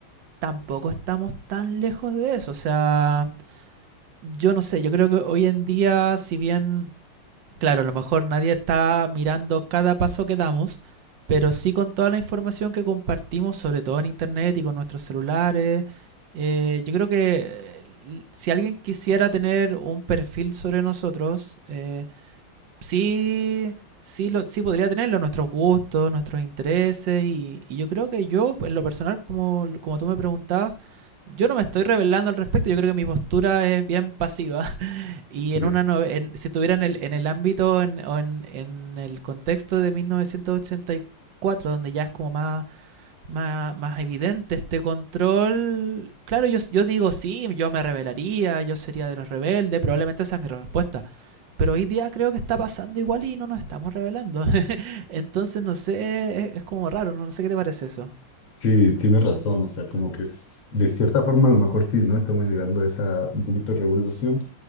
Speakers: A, on the right; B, on the left.
A: tampoco estamos tan lejos de eso. O sea, yo no sé, yo creo que hoy en día, si bien Claro, a lo mejor nadie está mirando cada paso que damos, pero sí con toda la información que compartimos, sobre todo en internet y con nuestros celulares. eh, yo creo que eh, si alguien quisiera tener un perfil sobre nosotros, eh, sí, sí, lo, sí podría tenerlo, nuestros gustos, nuestros intereses, y, y yo creo que yo, en lo personal, como, como tú me preguntabas, yo no me estoy revelando al respecto, yo creo que mi postura es bien pasiva. Y
B: Sí,
A: en una nove- en- si estuvieran en el, en el ámbito en, o en, en el contexto de 1984, donde ya es como más, más, más evidente este control, claro, yo, yo digo sí, yo me rebelaría, yo sería de los rebeldes, probablemente esa es mi respuesta. Pero hoy día creo que está pasando igual y no nos estamos rebelando. <laughs> Entonces, no sé, es, es como raro, no, no sé qué te parece eso.
B: Sí, tienes razón, o sea, como que es- de cierta forma a lo mejor sí, ¿no? Estamos llegando a esa un poquito revolución